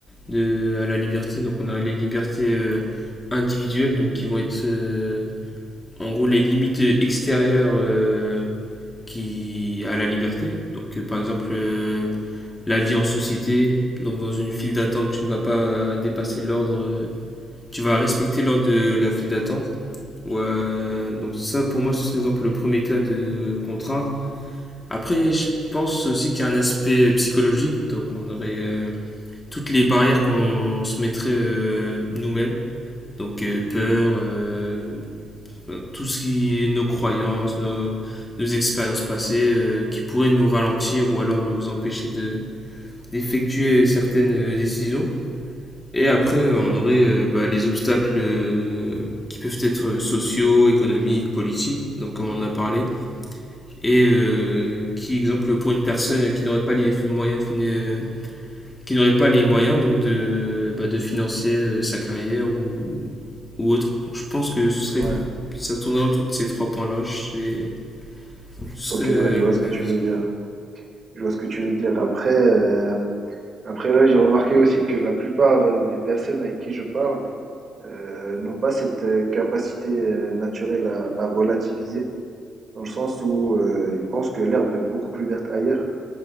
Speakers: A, on the left; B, on the right.
A: de, à la liberté. Donc on aurait les libertés euh, individuelles, donc qui vont être euh, en gros les limites extérieures euh, qui à la liberté. Donc euh, par exemple euh, la vie en société, donc dans une file d'attente, tu ne vas pas dépasser l'ordre, euh, tu vas respecter l'ordre de la file d'attente. Ouais, euh, donc ça pour moi ce serait exemple le premier cas de contrainte. Après je pense aussi qu'il y a un aspect euh, psychologique, donc on aurait euh, toutes les barrières qu'on se mettrait euh, nous-mêmes, donc euh, peur, euh, euh, tout ce qui est nos croyances, nos, nos expériences passées, euh, qui pourraient nous ralentir ou alors nous empêcher de, d'effectuer certaines euh, décisions. Et après, euh, on aurait euh, bah, les obstacles euh, qui peuvent être sociaux, économiques, politiques, donc comme on en a parlé, et euh, qui, exemple, pour une personne qui n'aurait pas les moyens, fin- euh, qui n'aurait pas les moyens donc de, bah, de financer euh, sa carrière ou, ou autre. Donc je pense que ce serait,
B: Ouais,
A: ça tournerait autour de ces trois points-là. Je sais- Ce
B: ok,
A: serait euh,
B: ouais, je vois
A: ma
B: ce que tu
A: vision.
B: veux dire. Je vois ce que tu veux dire. Après, euh, après là, j'ai remarqué aussi que la plupart euh, des personnes avec qui je parle euh, n'ont pas cette euh, capacité euh, naturelle à, à relativiser. dans le sens où euh, ils pensent que l'herbe est beaucoup plus verte ailleurs,